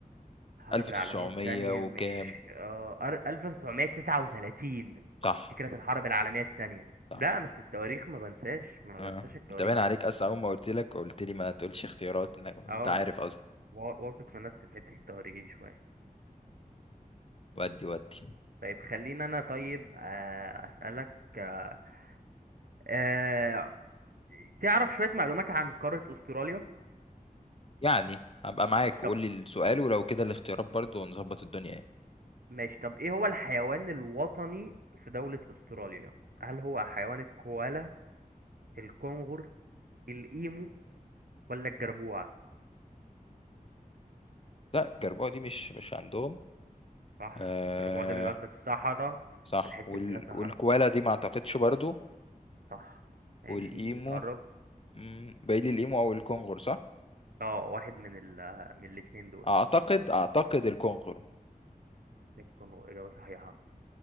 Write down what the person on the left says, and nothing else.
1900
وكام
صح
صح
اه
انت باين عليك اصلا اول ما قلت لك قلت لي ما تقولش اختيارات انك انت
عارف اصلا
ودي ودي
يعني هبقى معاك
وقول لي السؤال ولو كده الاختيارات برضو ونظبط الدنيا يعني
لا الجربوع دي مش مش عندهم
آه
صح
وال...
والكوالا دي ما اعتقدش برضو
والايمو
مم، باقي لي الايمو او الكونغر صح
اعتقد اعتقد الكونغر